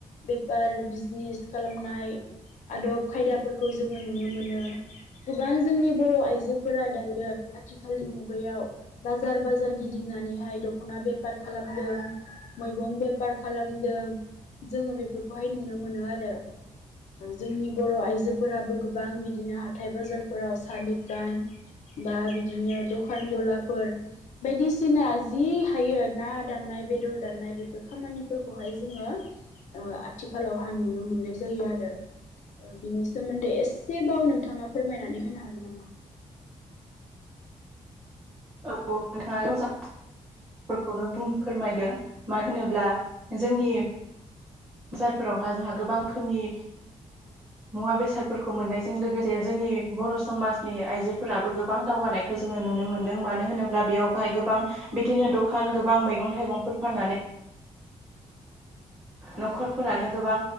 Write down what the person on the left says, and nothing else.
बेफार बिज नेस खालामनाय आदब खायदाफोरखौ जोङो नुनो मोनो गोबां जोंनि बर' आइजोफोरा दायो आथिखालनि मुगायाव बाजार बाजार गिदिंनानैहाय दख'ना बेफार खालामदों मैगं बेफार खालामदों जोङो बेफोरखौहाय नुनो मोनो आरो जोंनि बर' आइजोफोराबो गोबां बिदिनो हाथाय बाजारफोराव साहा दुकान बा बिदिनो दखान गलाफोर बायदिसिना जि हायो ना दाननाय बेदर दाननाय बेफोर खामानिफोरखौहाय जोङो ओ आथिखालावहा नुनो मोननाय जायो आरो ओ बिनि सोमोन्दै एसेबाव नोंथाङा फोरमायनानै होनो हागोन नामा
<inaudible>